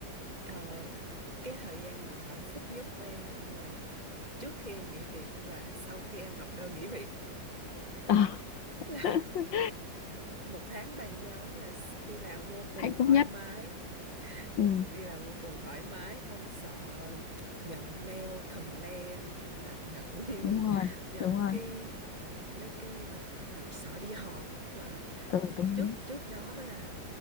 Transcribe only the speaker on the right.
ờ, cái thời gian mà hạnh phúc nhất của em mà trước khi em nghỉ việc là sau khi em nộp đơn nghỉ việc
<laughs> là
một tháng bàn giao đó là đi làm vô cùng
thoải
mái
vô, đi làm vô cùng thoải mái không sợ nhận mail complain hay là nhận
<laughs>
nhận
cái mấy cái ờ, hoặc là sợ đi họp gọi là
trước
trước đó là